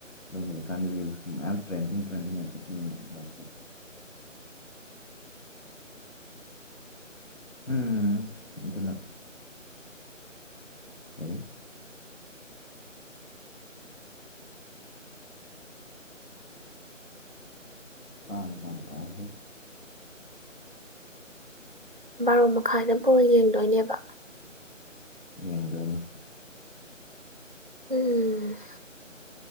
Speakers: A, on the left (about 70°); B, on the right (about 40°).
A: ꯑꯗꯨꯝ ꯍꯧꯖꯤꯛꯀꯥꯟꯗꯤ ꯔꯤꯜꯁ ꯃꯌꯥꯝ ꯇ꯭ꯔꯦꯟꯗꯤꯡ ꯇ꯭ꯔꯦꯟꯗꯤꯡ ꯑꯣꯏ ꯆꯠꯄꯅꯤꯅ ꯋꯣꯜꯀꯞ ꯀꯤ ꯍꯨꯝ ꯑꯗꯨꯅ ꯐꯩ ꯀꯥꯡ ꯌꯥꯝ ꯄꯥꯏꯍꯦ
B: ꯕꯥꯔꯣ ꯃꯈꯥꯏꯗ ꯕꯣꯜ ꯌꯦꯡꯗꯣꯏꯅꯦꯕ
A: ꯌꯦꯡꯗꯣꯏꯅꯦ
B: ꯎꯝ